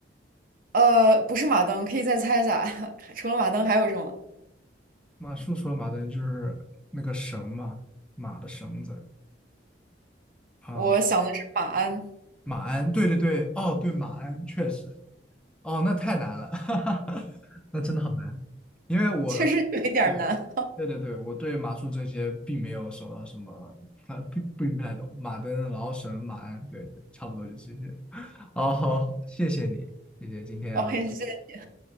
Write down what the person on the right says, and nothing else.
呃，不是马灯，可以再猜一下，<laughs> 除了马灯还有什么？
我想的是马鞍，
确实有一点儿难。
<laughs> OK，
谢谢，